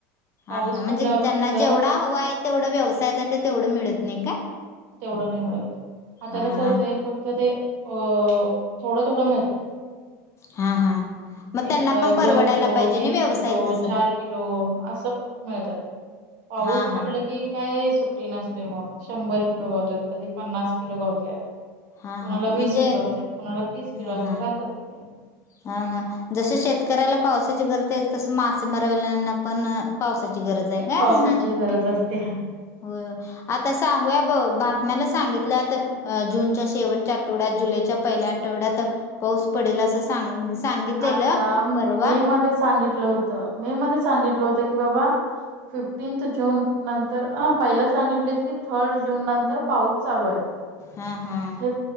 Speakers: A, on the left; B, on the right.
A: हा
B: पाऊस
A: हा म्हणजे
B: पडल्यावर
A: त्यांना
B: कसं
A: जेवढा हवा आहे तेवढं व्यवसायासाठी तेवढं मिळत नाही काय
B: तेवढं नाही मिळत आता
A: हा
B: कसं होतंय
A: हा
B: फक्त ते अ थोडं थोडं माहळत
A: हा हा मग
B: एक
A: त्यांना पण परवडायला
B: दोन किलो
A: पाहिजे
B: तीन
A: ना
B: किलो
A: व्यवसाय तस
B: चार किलो असं त पाऊस
A: हा
B: पडल
A: हा
B: की काय सुट ते मग शंभर किलो गावतात कधी पन्नास किलो गावत
A: हा
B: कोणाला
A: हा म्हणजे
B: वीस किलो असतात कोणाला तीस किलो
A: हा
B: असतात
A: हा
B: असं असते
A: हा हा जस शेतकऱ्याला पावसाची गरज आहे तस मासेमारवाल्यांना पण पावसाची गरज आहे का
B: पावसाची गरज असते
A: हो आता सांगूया ब बातम्याला सांगितलंत अ जूनच्या शेवटच्या आठवड्यात जुलैच्या पहिल्या आठवड्यात पाऊस पडेल असं सांग सांगितलेलं
B: आता मे
A: परवा
B: मध्ये सांगितलं होतं मे मध्ये सांगितलं होतं की बाबा फिफ्टीनथ जून नंतर अ पहिला सांगितलेत की थर्ड जून नंतर पाऊस चालू आहे
A: हां हां
B: हे